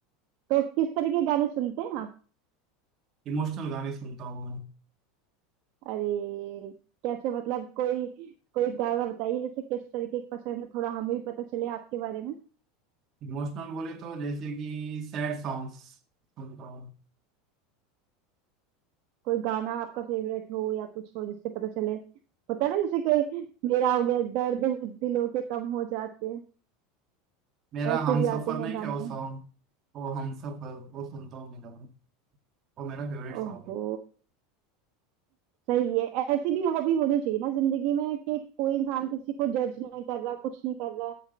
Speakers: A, on the right; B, on the right.
A: तो किस तरह के गाने सुनते हैं आप
B: इमोशनल गाने सुनता हूँ
A: अरे कैसे मतलब कोई कोई गाना बताइए जैसे किस तरीके की पसंद है थोड़ा हमें भी पता चले आपके बारे में
B: इमोशनल बोले तो जैसे कि सैड सॉन्ग्स सुनता हूँ
A: कोई गाना आपका फेवरेट हो या कुछ हो जिससे पता चले होता है ना जैसे कोई मेरा हो गया दर्द दिलों के कम हो जाते हैं,
B: मेरा
A: ऐसे
B: हम
A: भी
B: सफर
A: आते
B: नहीं
A: हैं गाने
B: क्या वो सॉन्ग वो हम सफर वो सुनता हूँ मेरा मैं। वो मेरा फेवरेट
A: ओहो
B: सॉन्ग है
A: सही है ऐसी भी हॉबी होनी चाहिए ना जिंदगी में कि कोई इंसान किसी को जज नहीं कर रहा कुछ नहीं कर रहा है